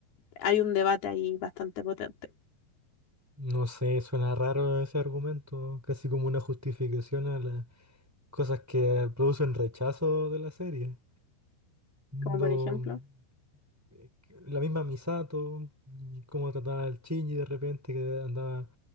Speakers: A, on the left; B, in the centre.
A: hay un debate ahí bastante potente.
B: No sé, suena raro ese argumento, casi como una justificación a las cosas que producen rechazo de la serie. No,
A: Como por ejemplo,
B: eh, que- la misma Misato, y cómo trataba al Shinji de repente, que andaba,